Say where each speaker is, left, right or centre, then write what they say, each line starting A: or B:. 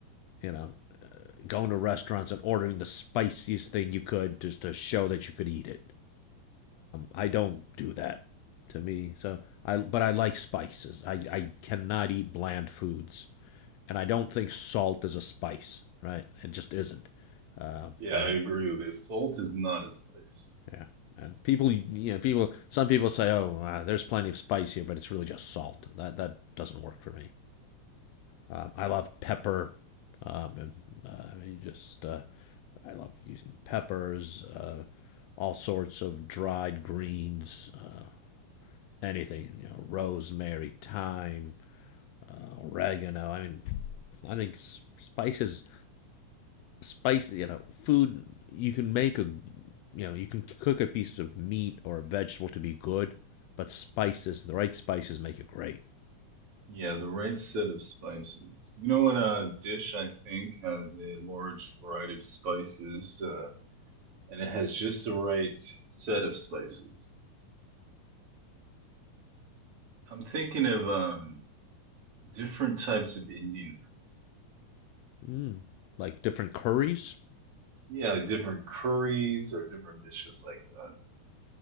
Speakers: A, on the left; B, on the right.
A: you know going to restaurants and ordering the spiciest thing you could just to show that you could eat it. I don't do that to me. So I but I like spices. I, I cannot eat bland foods, and I don't think salt is a spice. Right? It just isn't. Um
B: Yeah,
A: I
B: I
A: think
B: agree with you. Salt is not a spice.
A: yeah. And people, you know, people. Some people say, "Oh, uh, there's plenty of spice here, but it's really just salt." That that doesn't work for me. Um, I love pepper, um, and uh, I mean, just uh, I love using peppers, uh, all sorts of dried greens. Uh, anything, you know, rosemary, thyme, uh, oregano. I mean, I think s- spices, spice, you know, food, you can make a, you know, you can cook a piece of meat or a vegetable to be good, but spices, the right spices make it great.
B: Yeah, the right set of spices. You know what? A dish, I think, has a large variety of spices, uh, and it has just the right set of spices. I'm thinking of um different types of Indian food.
A: Mm. Like different curries.
B: Yeah, like different curries or different dishes like that.